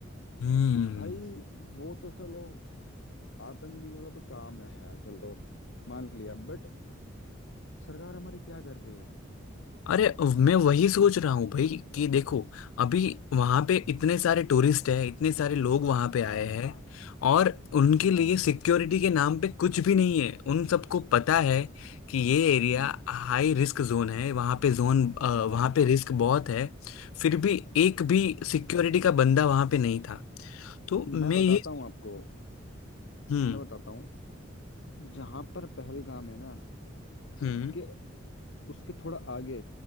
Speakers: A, on the left; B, on the left.
A: हम्म
B: भाई वो तो चलो आतंकी का तो काम है यार चलो मान लिया बट सरकार हमारी क्या कर रही है
A: अरे मैं वही सोच रहा हूँ भाई कि देखो अभी वहां पे इतने सारे टूरिस्ट हैं इतने सारे लोग वहां पे आए
B: हाँ
A: हैं और उनके
B: हाँ
A: लिए सिक्योरिटी के नाम पे कुछ भी नहीं है उन सबको पता है कि ये एरिया
B: हम्म
A: हाई रिस्क जोन है वहां पे जोन अ, वहां
B: हाँ
A: पे रिस्क बहुत है फिर भी एक भी सिक्योरिटी का बंदा वहां पे नहीं था तो मैं
B: मैं बताता
A: ये
B: हूँ आपको
A: हम्म
B: मैं बताता हूँ जहां पर पहलगाम है ना उसके
A: हम्म
B: उसके थोड़ा आगे